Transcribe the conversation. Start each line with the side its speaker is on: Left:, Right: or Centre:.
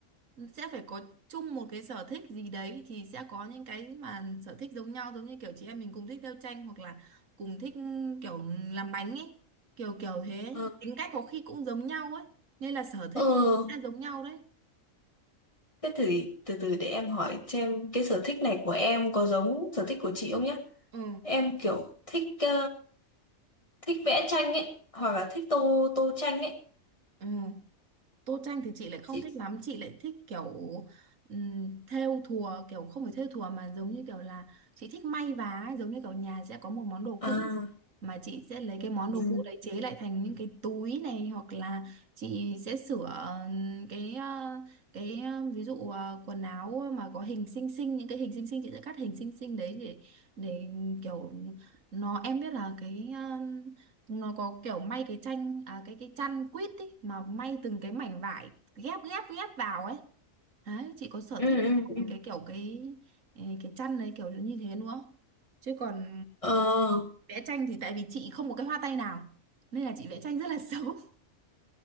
Right: sẽ phải có chung một cái sở thích gì đấy thì sẽ có những cái mà sở thích giống nhau giống như kiểu chị em mình cùng thích theo tranh hoặc là cùng thích kiểu làm bánh ấy kiểu kiểu thế
Left: ờ
Right: tính cách có khi cũng giống nhau ấy nên là sở thích
Left: ờ
Right: cũng sẽ giống nhau đấy
Left: thế thử từ từ để em hỏi xem cái sở thích này của em có giống sở thích của chị không nhé
Right: ừ
Left: em kiểu thích ờ, thích vẽ tranh ấy hoặc là thích tô tô tranh ấy
Right: ừ Tô tranh thì chị lại không
Left: chị
Right: thích lắm, chị lại thích kiểu um, thêu thùa, kiểu không phải thêu thùa mà giống như kiểu là chị thích may vá, ấy, giống như kiểu nhà sẽ có một món đồ
Left: à
Right: cũ mà chị sẽ lấy cái món
Left: ừ
Right: đồ cũ đấy chế lại thành những cái túi này hoặc là chị sẽ sửa ừm, cái ờ, cái ờ, ví dụ ờ, quần áo mà có hình xinh xinh những cái hình xinh xinh chị sẽ cắt hình xinh xinh đấy để để kiểu nó em biết là cái nó có kiểu may cái tranh à, cái cái chăn quýt ý mà may từng cái mảnh vải ghép ghép ghép vào ấy đấy chị có sở
Left: ừ
Right: thích
Left: ừ
Right: làm
Left: ừ
Right: cái kiểu cái cái cái chăn đấy kiểu như thế nữa chứ còn
Left: ờ
Right: vẽ tranh thì tại vì chị không có cái hoa tay nào nên là chị vẽ tranh rất là <laughs> xấu